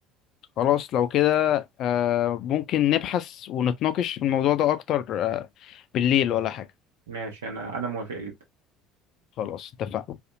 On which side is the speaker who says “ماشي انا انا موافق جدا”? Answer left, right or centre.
Right